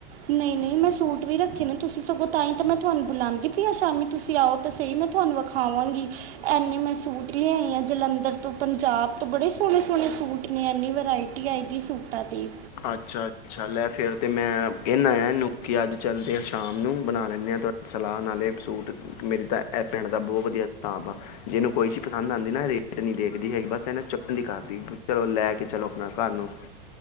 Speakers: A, on the right; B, on the left.
A: ਨਹੀਂ ਨਹੀਂ ਮੈਂ ਸੂਟ ਵੀ ਰੱਖੇ ਨੇ ਤੁਸੀਂ ਸਗੋਂ ਤਾਂ ਹੀ ਤਾਂ ਮੈਂ ਤੁਹਾਨੂੰ ਬੁਲਾਉਂਦੀ ਪਈ ਆ ਸ਼ਾਮੀ ਤੁਸੀਂ ਆਓ ਤਾਂ ਸਹੀ ਮੈਂ ਤੁਹਾਨੂੰ ਵਿਖਾਵਾਂਗੀ ਐੰਨੇ ਮੈਂ ਸੂਟ ਲਿਆ ਆਈ ਆ ਜਲੰਧਰ ਤੋਂ ਪੰਜਾਬ ਤੋਂ ਬੜੇ ਸੋਹਣੇ ਸੋਹਣੇ ਸੂਟ ਨੇ ਇਨੀ ਵਰਾਇਟੀ ਆਈ ਦੀ ਸੂਟਾਂ ਦੀ
B: ਅੱਛਾ ਅੱਛਾ ਲੈ ਫਿਰ ਤਾਂ ਮੈਂ ਕਹਿੰਦਾ ਆ ਇਹਨੂੰ ਕਿ ਅੱਜ ਚੱਲਦੇ ਹਾਂ ਸ਼ਾਮ ਨੂੰ ਬਣਾ ਲੈਂਦੇ ਹਾਂ ਤੁਹਾ ਸਲਾਹ ਨਾਲੇ ਸੂਟ ਮੇਰੀ ਤਾਂ ਇਹ ਪਿੰਣ <unintelligible> ਦਾ ਬਹੁਤ ਵਧੀਆ ਹਿਸਾਬ ਆ ਇਹਨੂੰ ਕੋਈ ਚੀਜ਼ ਪਸੰਦ ਆਉਂਦੀ ਨਾ ਰੇਟ ਨਹੀਂ ਦੇਖਦੀ ਹੈਗੀ ਬਸ ਇਹਨੂੰ ਚੁੱਕਣ ਦੀ ਕਰਦੀ ਚਲੋ ਲੈ ਕੇ ਚਲੋ ਆਪਣਾ ਘਰ ਨੂੰ